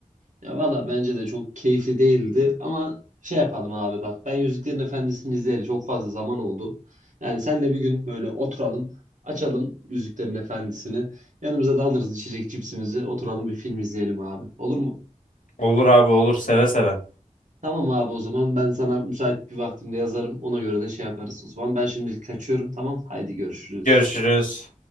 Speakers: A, on the right; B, on the left.
A: Ya valla bence de çok keyifli değildi ama şey yapalım abi bak ben Yüzüklerin Efendisi'ni izleyeli çok fazla zaman oldu. Yani senle bir gün böyle oturalım açalım Yüzüklerin Efendisi'ni yanımıza da alırız içecek cipsimizi oturalım bir film izleyelim abi olur mu?
B: Olur abi olur seve seve.
A: Tamam abi o zaman ben sana müsait bir vaktimde yazarım ona göre de şey yaparız o zaman ben şimdilik kaçıyorum tamam haydi görüşürüz.
B: Görüşürüz.